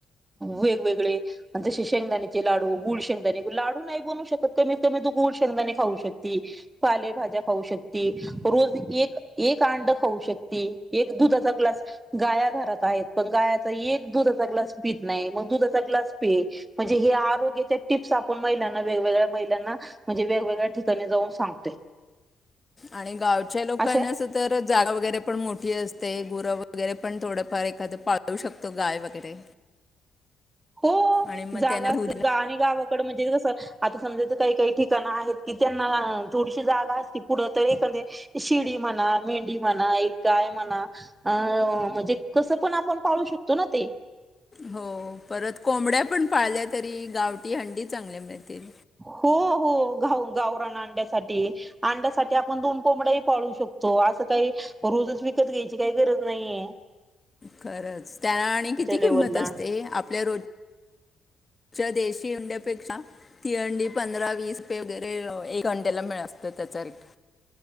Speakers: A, on the right (about 20°); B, on the left (about 25°).
A: वेगवेगळे जसे शेंगदाण्याचे लाडू गुळ शेंगदाणे लाडू नाही बनवू शकत कमी कमी तू गुळ शेंगदाणे खाऊ शकते पालेभाज्या खाऊ शक रोज एक एक अंड खाऊ शकती एक दुधाचा ग्लास गाया घरात आहेत पण गायाचा एक दुधाचा ग्लास पीत नाही मग दुधाचा ग्लास पि म्हणजे हे आरोग्याच्या टिप्स आपण महिलांना वेगवेगळ्या महिलांना म्हणजे वेगवेगळ्या ठिकाणी जाऊन सांगतोय
B: आणि गावच्या लोकांना
A: अशा
B: अस तर जागा वगैरे पण मोठी असते गुरं वगैरे पण थोडंफार एखाद पाळवू शकतो गाय वगैरे
A: हो
B: आणि मग
A: जागा
B: त्यांना
A: असत
B: दूध
A: गा आणि गाव म्हणजे कसं आता समजायच काही काही ठिकाण आहेत कि त्यांना थोडीशी जागा असती पुढं तर एखाद शिडी म्हणा मेंढ म्हणा एक गाय म्हणा अ म्हणजे कसं पण आपण पाळू शकतो ना ते
B: हो परत कोंबड्या पण पाळल्या तरी गावटी हंडी चांगल्या मिळतील
A: हो हो गा गावराण अंड्यासाठी अंड्यासाठी आपण दोन कोंबड्याही पाळू शकतो असं काही रोजच विकत घ्यायची काही गरज नाहीे
B: खरंच त्याना आणि किती किंमत
A: लेवलला
B: असते आपल्या रोज पुच्या देशी हंड्यापेक्षा तिहंडी पंधरा वीस रे वगैरे एक अंड्याला मिळ असतें त्याचा रेट